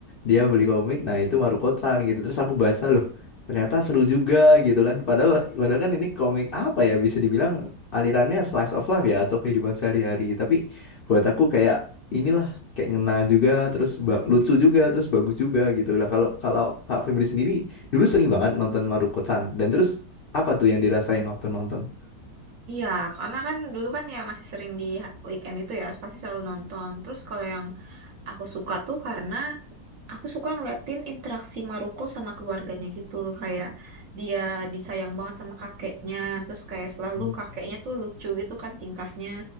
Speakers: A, on the left; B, on the right.
A: Dia beli komik, nah itu Maruko-chan gitu. Terus aku baca loh. Ternyata seru juga gitu kan. Padahal padahal kan ini komik apa ya bisa dibilang alirannya slice of life ya atau kehidupan sehari-hari. Tapi buat aku kayak inilah kayak ngena juga terus ba- lucu juga terus bagus juga gitu lah. Kalau kalau Kak Febri sendiri dulu sering banget nonton Maruko-chan dan terus apa tuh yang dirasain waktu nonton?
B: Iya, karena kan dulu kan ya masih sering di weekend itu ya, pasti selalu nonton. Terus kalau yang aku suka tuh karena aku suka ngeliatin interaksi Maruko sama keluarganya gitu. Kayak dia disayang banget sama kakeknya, terus kayak selalu
A: Hmm,
B: kakeknya tuh lucu gitu kan tingkahnya.